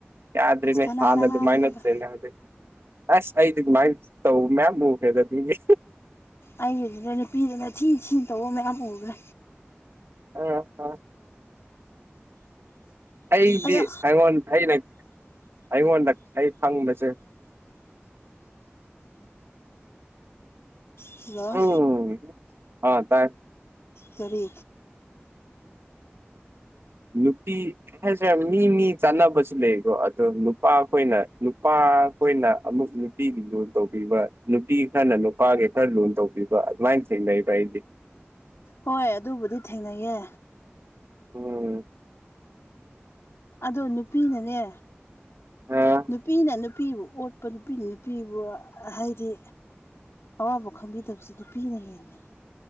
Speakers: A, on the right; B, on the left.
A: ꯌꯥꯗ꯭ꯔꯦꯅꯦ
B: ꯀꯅꯥꯅ
A: ꯍꯥꯟꯅ ꯑꯗꯨꯃꯥꯏꯅ
B: ꯍꯥꯏꯕꯅꯣꯗ
A: <unintelligible> ꯑꯁ ꯑꯩꯗꯤ ꯑꯗꯨꯃꯥꯏꯅ ꯇꯧꯕ ꯃꯌꯥꯝ ꯎꯈ꯭ꯔꯦꯗ ꯑꯗꯨꯗꯤ
B: ꯑꯩꯒꯤꯗꯨꯗ ꯅꯨꯄꯤꯗꯅ ꯊꯤ ꯊꯤꯟ ꯇꯧꯕ ꯃꯌꯥꯝ ꯎꯈ꯭ꯔꯦ
A: <unintelligible> ꯑꯩꯗꯤ
B: ꯑꯌꯥ
A: ꯑꯩꯉꯣꯟ ꯑꯩꯅ ꯑꯩꯉꯣꯟꯗ ꯑꯩ ꯈꯪꯕꯁꯦ
B: ꯍꯜꯂꯣ
A: ꯎꯝ ꯑꯥ ꯇꯥꯏ
B: ꯀꯔꯤ
A: ꯅꯨꯄꯤ ꯍꯥꯏꯁꯤꯔꯥ ꯃꯤ ꯃꯤ ꯆꯥꯟꯅꯕꯁꯨ ꯂꯩꯀꯣ ꯑꯗꯣ ꯅꯨꯄꯥ ꯈꯣꯏꯅ ꯅꯨꯄꯥ ꯈꯣꯏꯅ ꯑꯃꯨꯛ ꯅꯨꯄꯤꯒꯤ ꯂꯨꯟ ꯇꯧꯕꯤꯕ ꯅꯨꯄꯤ ꯈꯔꯅ ꯅꯨꯄꯥꯒꯤ ꯈꯔ ꯂꯨꯟ ꯇꯧꯕꯤꯕ ꯕ ꯑꯗꯨꯃꯥꯏꯟ ꯊꯦꯡꯅꯩꯌꯦꯕ ꯑꯩꯗꯤ
B: ꯍꯣꯏ ꯑꯗꯨꯕꯨꯗꯤ ꯊꯦꯡꯅꯩꯌꯦ
A: ꯎꯝ
B: ꯑꯗꯣ ꯅꯨꯄꯤꯅꯅꯦ
A: ꯑ
B: ꯅꯨꯄꯤꯅ ꯅꯨꯄꯤꯕꯨ ꯑꯣꯠꯄ ꯅꯨꯄꯤꯅ ꯅꯨ ꯅꯨꯄꯤꯕꯨ ꯍꯥꯏꯗꯤ ꯑꯋꯥꯕ ꯈꯪꯕꯤꯗꯕꯁꯤ ꯅꯨꯄꯤꯅ ꯍꯦꯜꯂꯦ